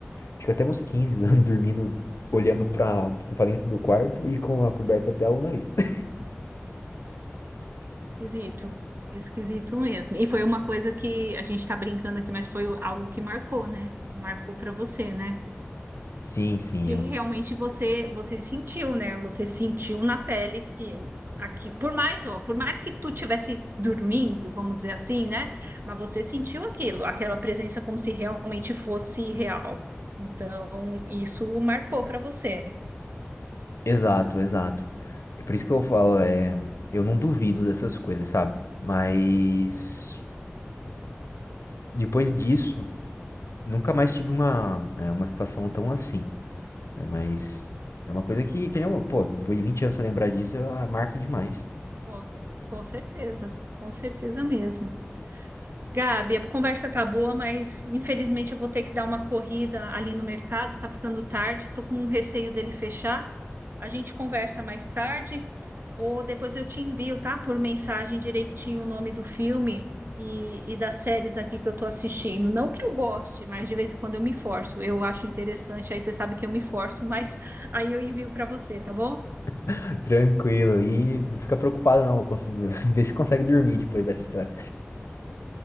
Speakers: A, on the left; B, on the right.
A: acho que até uns 15 anos <laughs> dormindo, olhando pra, pra dentro do quarto e com a coberta até o nariz. <laughs>
B: Esquisito. Esquisito mesmo. E foi uma coisa que a gente está brincando aqui, mas foi algo que marcou, né? Marcou para você, né?
A: Sim, sim,
B: Que
A: eu.
B: realmente você você sentiu, né? Você sentiu na pele que aqui, por mais, ó, por mais que tu tivesse dormindo, vamos dizer assim, né? Mas você sentiu aquilo, aquela presença como se realmente fosse real. Então, isso marcou para você.
A: Exato, exato. É por isso que eu falo, é, eu não duvido dessas coisas, sabe? Mas depois disso, nunca mais tive uma, é, uma situação tão assim. né? Mas é uma coisa que, que nem, eu- pô, depois de 20 anos você lembrar disso, ela marca demais.
B: Com, com certeza, com certeza mesmo. Gabi, a conversa tá boa, mas infelizmente eu vou ter que dar uma corrida ali no mercado, tá ficando tarde, tô com um receio dele fechar. A gente conversa mais tarde, ou depois eu te envio, tá? Por mensagem direitinho o nome do filme e, e das séries aqui que eu tô assistindo. Não que eu goste, mas de vez em quando eu me forço. Eu acho interessante, aí você sabe que eu me forço, mas aí eu envio para você, tá bom?
A: <laughs> Tranquilo, e não fica preocupado não, eu consigo- <laughs> vê se consegue dormir depois dessa história.